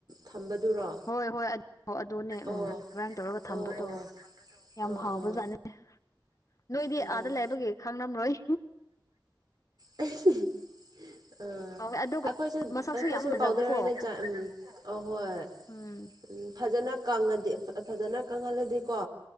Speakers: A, on the right (about 55°); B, on the left (about 40°).
A: ꯊꯝꯕꯗꯨꯔꯣ
B: ꯍꯣꯏ ꯍꯣꯏ ꯑꯗꯨ ꯑꯗꯨꯅꯦ
A: ꯑꯣ
B: ꯎꯝ ꯀꯃꯥꯏꯅ ꯇꯧꯔꯒ ꯊꯝꯕꯗꯣ
A: ꯑꯣ ꯑꯣ
B: ꯌꯥꯝ
A: ꯑꯥ
B: ꯍꯥꯎꯕꯖꯥꯠꯅꯤ
A: ꯑꯥ
B: ꯅꯣꯏꯗꯤ
A: ꯑꯥ
B: ꯑꯥꯗ ꯂꯩꯕꯒꯤ ꯈꯥꯡꯂꯝꯝꯔꯣꯏ
A: <unintelligible> ꯎꯝ
B: ꯍꯥꯎꯋꯦ ꯑꯗꯨꯒ
A: ꯑꯩꯈꯣꯏꯁꯨ
B: ꯃꯁꯛꯁꯨ
A: ꯑꯩꯈꯣꯏꯁꯨ
B: ꯌꯥꯝ ꯐꯖꯕꯀꯣ
A: ꯄꯥꯎꯗꯔ ꯑꯣꯏꯅ ꯎꯝ ꯑ ꯍꯣꯏ
B: ꯎꯝ
A: ꯎ ꯐꯖꯅꯥ ꯪꯉꯗꯤ ꯐꯖꯅ ꯀꯪꯍꯜꯂꯗꯤ ꯀꯣ